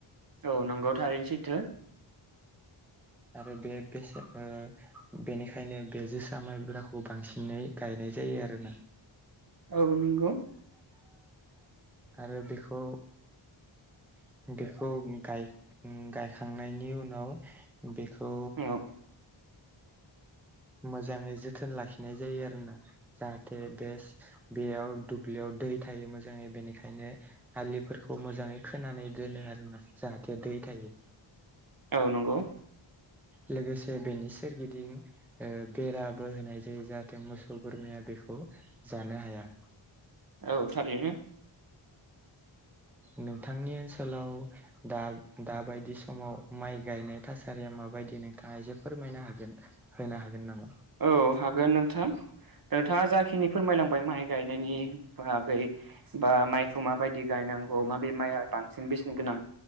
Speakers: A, on the right; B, in the centre.
A: औ नंगौ थारैनो सैथो।
B: आरो बे बेसे ओ बेनिखायनो बे जोसा माइब्राखौ बांसिनै गायनाय जायो आरोना।
A: औ नंगौ
B: आरो बेखौ बेखौ गायखांनायनि उनाव बेखौ
A: औ
B: मोजाङै जोथोन लाखिनाय जायो आरोना जाहाथे बेस बेयाव दुब्लियाव दै थायो मोजाङै बेनिखायनो हलिफोरखौ मोजाङै खोनानै दोनो आरोना जाहाथे दै थायो
A: औ नंगौ
B: लोगोसे बेनि सोरगिदिं ओ बेराबो होनाय जायो जाहाथे मोसौ बोरमाया बेखौ जानो हाया।
A: औ थारैनो
B: नोंथांनि ओनसोलाव दा दाबायदि समाव माइ गायनाय थासारिया माबायदि नोंथाङा एसे फोरमायनो हागोनना? होनो हागोन नामा
A: औ हागोन नोंथां नोंथाङा जाखिनि फोरमायलांबाय माइ गायनायनि बागै बा माइखौ माबायदि गायनांगौ माबे माइआ बांसिन बेसेन गोनां